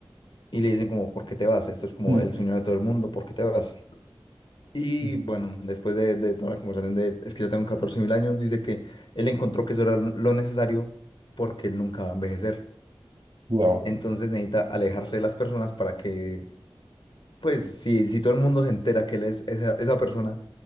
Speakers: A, on the left; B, on the right.
A: y le dicen como, ¿por qué te vas? Esto es como
B: Mm.
A: el sueño de todo el mundo, ¿por qué te vas? Y
B: Ujú.
A: bueno, después de, de toda la conversación de es que yo tengo 14 mil años, dice que él encontró que eso era lo necesario porque él nunca va a envejecer.
B: Wow.
A: Entonces necesita alejarse de las personas para que, pues, si, si todo el mundo se entera que él es esa, esa persona,